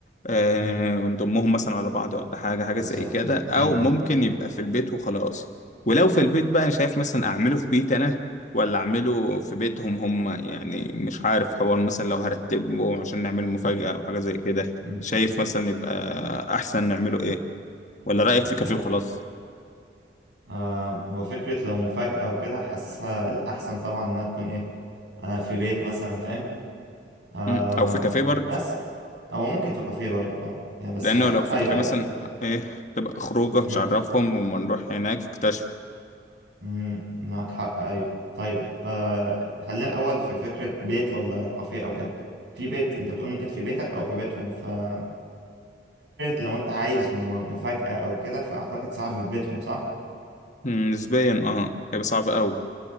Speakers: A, on the left (about 45°); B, on the right (about 80°).
A: آه،
B: امم
A: ونضمهم مثلا على بعض ولا حاجه حاجه
B: بالظبط
A: زي كده
B: بالظبط
A: او
B: امم
A: ممكن يبقى في البيت وخلاص ولو في البيت بقى شايف مثلا اعمله في بيت انا ولا اعمله في بيتهم هم يعني مش عارف حوار مثلا لو هرتبه عشان نعمل مفاجأة او حاجة زي كده
B: امم
A: شايف مثلا يبقى احسن نعمله ايه ولا رأيك في كافيه
B: هو
A: وخلاص
B: آه هو فكرة لو مفاجأة وكده حاسسها الأحسن طبعا إنها تكون إيه آه في بيت مثلا فاهم آه
A: مم. او في كافيه برضه
B: بس هو ممكن في كافيه برضه اه يعني بس
A: لانه
B: ح...
A: لو في
B: ايوه
A: كافيه مثلا
B: ايوه
A: ايه تبقى خروجه مش
B: مم.
A: عارفهم وما نروح هناك اكتشفوا
B: مم. معاك حق ايوه طيب آه خلينا الاول في فكره بيت ولا كافيه او كده في بيت انت بتقول ممكن في بيتك او في بيتهم ففكره لو انت عايز م- مفاجاه او كده فاعتقد صعب في بيتهم صح
A: مم، نسبيا اه هيبقى صعب قوي